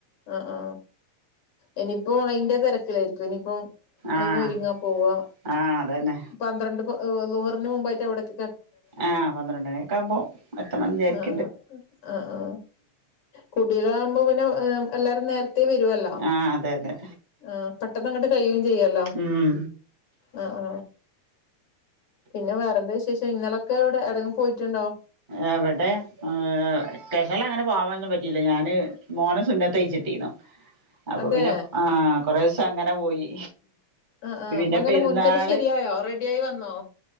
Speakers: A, on the left; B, on the right.
A: ആ ആ ഇനി ഇപ്പൊ അതിന്റെ തരക്കിലായിരിക്കും ഇനിയിപ്പോ? അയിന്
B: ആഹ്
A: ഒരുങ്ങാൻപോവാ
B: ആഹ് അതന്നെ
A: പന്ത്രണ്ട് ളുഹറിന് മുമ്പായിട്ട് അവിടെഎത്തി.
B: ആ പന്ത്രണ്ട് മണിഒക്കെ ആ കുമ്പോ എത്തണന്ന് വിചാര
A: ആ ആ ആ കുടിലോ ഭവംപിന്നെ എല്ലരും നേ വരുല്ലോ?
B: ആഹ് അതെ അതെ
A: ആ പെ അതങ്ങട്ട് കയി ചെയ്യല്ല.
B: ഉം
A: ആ ആ പിന്നെ വേറെന്ത വിശേഷം? ഇങ്ങളൊക്കെ എവിടെ എവിടേലും പോയിട്ടുണ്ടോ?
B: എവിടെ വെക്കേഷനില് അങ്ങനെ പോവാനനൊന്നു പറ്റിയില്ല. ഞാന് മോനെ സുന്നത്തയിച്ചിട്ടിന്നോ. അപ്പൊ
A: അതെ
B: പിന്നെ ആ കൊറേ ദിവസം അങ്ങനെ പോയി.
A: ആ ആ
B: പിന്നെ
A: അങ്ങനെ
B: പെരുന്നാള്
A: മുൻചത് ശെരിയായോ റെഡി ആയി വന്നോ?